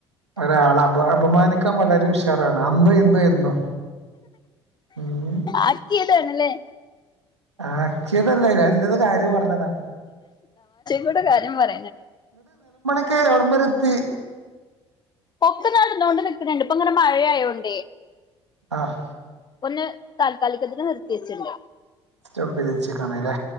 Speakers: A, on the right; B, on the left.
A: ഒരാളെ അപ അപമാനിക്കാൻ വളരെ ഉഷാറാണ് അന്ന് ഇന്ന് എന്നും ഉം
B: ആക്കിയതാണല്ലേ
A: ആക്കിയതല്ലേല്ല എന്റെത് കാര്യം പറഞ്ഞതാണ്
B: ഇടെ കാര്യം പറയുന്നുണ്ട്
A: ക്കെ എവിടെമ്പരത്തി
B: ഒ ക്കെ നടന്നോണ്ട് നിക്കുന്നുണ്ട് ഇപ്പൊ ഇങ്ങനെ മഴയായോണ്ടേ
A: ആഹ്
B: ഒന്ന് താൽക്കാലികത്തിന് നിർത്തി വെച്ചിണ്ട്.
A: സ്റ്റോപ്പ് ചെയ്ത് വെച്ച്ക്കണ്ല്ലേ?